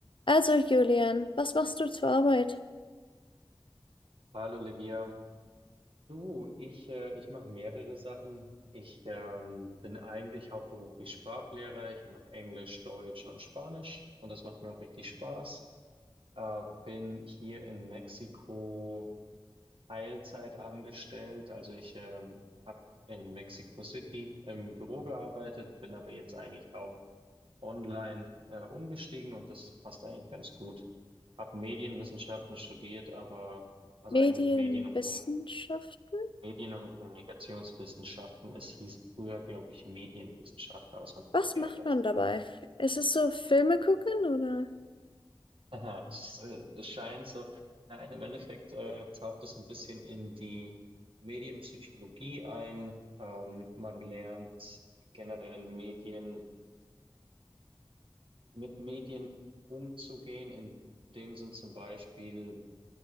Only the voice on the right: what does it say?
Hallo Livia, du, ich, äh, ich mache mehrere Sachen. Ich ähm, bin eigentlich hauptberuflich Sprachlehrer. Ich mache Englisch, Deutsch und Spanisch und das macht mir auch richtig Spaß. Äh, bin hier in Mexiko Teilzeit angestellt. Also ich ähm, habe in Mexico City im Büro gearbeitet, bin aber jetzt eigentlich auf Online äh, umgestiegen und das passt eigentlich ganz gut. Hab Medienwissenschaften studiert, aber also
eigentlich Medien und Kommunikation. Medien- und Kommunikationswissenschaften. Es hieß früher, glaube ich, Medienwissenschaften, aber das haben wir
umgeändert.
Aha, es, äh, es scheint so. Nein, im Endeffekt äh, taucht es ein bisschen in die Medienpsychologie ein. Ähm, man lernt generell Medien, mit Medien umzugehen. In dem Sinn zum Beispiel,